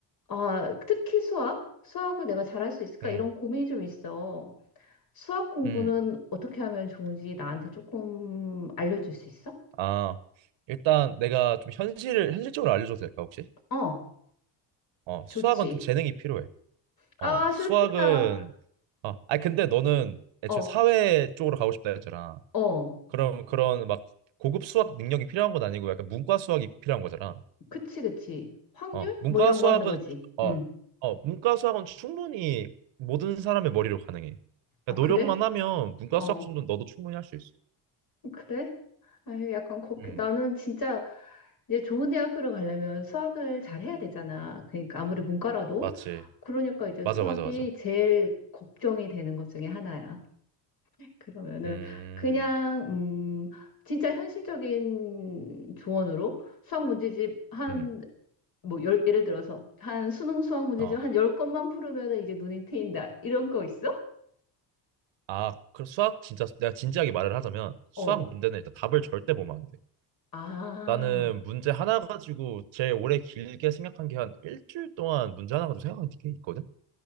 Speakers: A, on the left; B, on the right.
A: 아, 특히 수학? 수학을 내가 잘할 수 있을까?
B: 음.
A: 이런 고민이 좀 있어. 수학 공부는
B: 음.
A: 어떻게 하면 좋은지 나한테 조금 알려줄 수 있어?
B: 아, 일단 내가 좀 현실을 현실적으로 알려줘도 될까, 혹시?
A: 어,
B: 어, 수학은
A: 좋지.
B: 좀 재능이 필요해.
A: 아,
B: 어, 수학은
A: 슬프다.
B: 어, 아니 근데 너는 애초에
A: 어,
B: 사회 쪽으로 가고 싶다 했잖아.
A: 어,
B: 그럼 그런 막 고급 수학 능력이 필요한 건 아니고 약간 문과 수학이 필요한 거잖아.
A: 그치, 그치. 확률?
B: 어, 문과
A: 뭐 이런
B: 수학은
A: 거 하는 거지.
B: 어,
A: 응.
B: 어, 문과 수학은 충분히 모든 사람의 머리로 가능해. 그러니까
A: 아, 그래?
B: 노력만 하면 문과
A: 어,
B: 수학 정도는 너도 충분히 할 수 있어.
A: 그래? 아유, 약간 걱
B: 음,
A: 나는 진짜 이제 좋은 대학교를 가려면 수학을 잘 해야 되잖아. 그러니까 아무리 문과라도.
B: 맞지.
A: 그러니까 이제
B: 맞아,
A: 수학이
B: 맞아, 맞아.
A: 제일 걱정이 되는 것 중에 하나야. 그러면은
B: 음,
A: 그냥 음 진짜 현실적인 조언으로 수학 문제집 한
B: 음,
A: 뭐 열, 예를 들어서 한 수능 수학 문제집
B: 어.
A: 한 열건만 풀으면은 이제 눈이 트인다. 이런 거 있어?
B: 아, 그 수학 진짜 내가 진지하게 말을 하자면 수학
A: 어.
B: 문제는 일단 답을 절대 보면 안 돼.
A: 아.
B: 나는 문제 하나 가지고 제일 오래 길게 생각한 게 한 일주일 동안 문제 하나 가지고 생각한 게 있거든.